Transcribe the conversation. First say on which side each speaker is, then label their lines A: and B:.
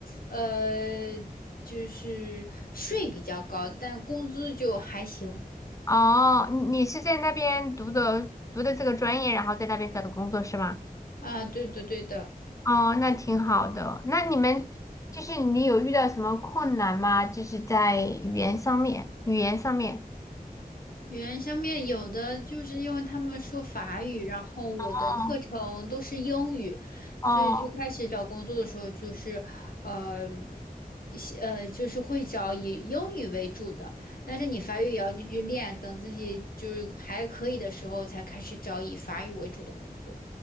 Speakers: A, on the left; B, on the left.
A: 呃，就是税比较高，但工资就还行
B: 哦，你你是在那边读的读的这个专业，然后在那边找的工作是吗？
A: 啊。对的对的，
B: 哦，那挺好的。那你们就是你有遇到什么困难吗？就是在语言上面，语言上面。
A: 语言上面有的就是因为他们说法语，然后我的课程都是英语，
B: 哦哦，
A: 所以最开始找工作的时候就是，呃，一些呃，就是会找以英语为主的，但是你法语也要继续练，等自己就是还可以的时候才开始找以法语为主的工作。